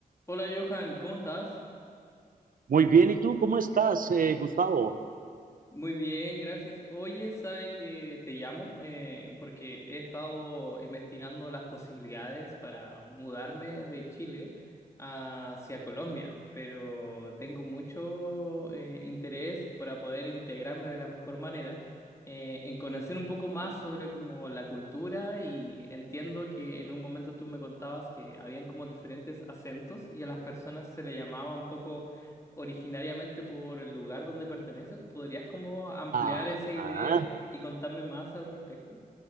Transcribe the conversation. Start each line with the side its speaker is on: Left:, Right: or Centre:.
Left: Hola Johan, ¿cómo estás?
Right: Muy bien, ¿y tú cómo estás, eh, Gustavo?
Left: Muy bien, gracias. Oye, sabe que te llamo Eh, porque he estado investigando las posibilidades para mudarme de Chile hacia Colombia, pero tengo mucho eh, interés para poder integrarme de la mejor manera, eh, en conocer un poco más sobre como la cultura y entiendo que en un momento tú me contabas que habían como diferentes acentos y a las personas se le llamaba un poco originariamente por el lugar donde perteneces? ¿Podrías como ampliar
Right: Ah,
Left: esa idea
Right: ah,
Left: y contarme más al respecto?